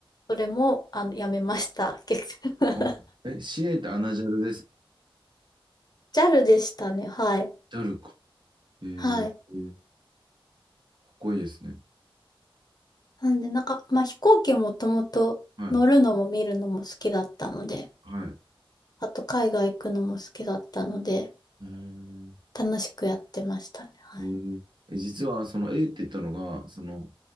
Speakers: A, on the left; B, on the right.
A: それも、あの、やめました。結局 <laughs>
B: あえ、CA ってアナジャルです
A: JAL でしたね。はい。
B: ジャルか。えー、
A: はい。
B: えーかっこいいですね。
A: なんで、なんか、まあ、飛行機もともと乗るのも見るのも好きだったので、
B: はい、はい。う
A: あと海外行くのも好きだったので、
B: ーん
A: 楽しくやってましたね。はい。
B: えーえ実は、その A って言ったのが、その、